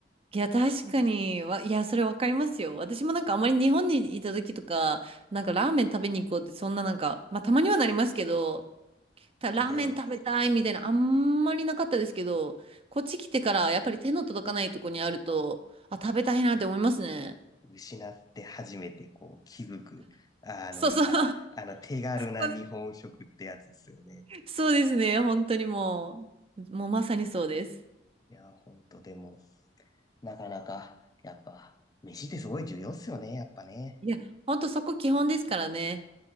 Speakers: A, on the right; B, on the left.
A: いや、確かに、わ、いや、それわかりますよ。私もなんかあまり日本にいた時とか、なんかラーメン食べに行こうって、そんななんか、まあたまにはなりますけど、たラーメン食べたいみたいな、
B: ね
A: あんまりなかったですけど、こっち来てからやっぱり手の届かないとこにあると、あ、食べたいなって思いますね。
B: え、失って初めてこう気づく、あの、
A: そうそう。<laughs> そ
B: あの手軽な日本食ってやつですよね。
A: こねそうですね。本当にもう、もうまさにそうです。
B: いや、本当でも、なかなか、やっぱ、飯ってすごい重要っすよね、やっぱね。
A: いや、本当そこ基本ですからね。